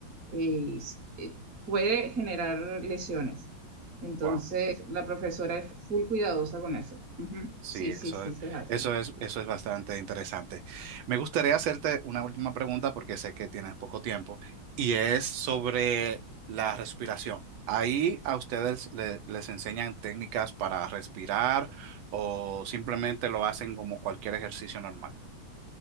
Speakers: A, on the right; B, on the right.
A: eh, s- eh, puede generar lesiones. Entonces,
B: Wow.
A: la profesora es full cuidadosa con eso. Ujú.
B: Sí,
A: Sí,
B: eso,
A: sí, sí,
B: es-
A: se hace.
B: eso es, eso es bastante interesante. Me gustaría hacerte una última pregunta porque sé que tienes poco tiempo y es sobre la respiración. Ahí a ustedes le- les enseñan técnicas para respirar o simplemente lo hacen como cualquier ejercicio normal.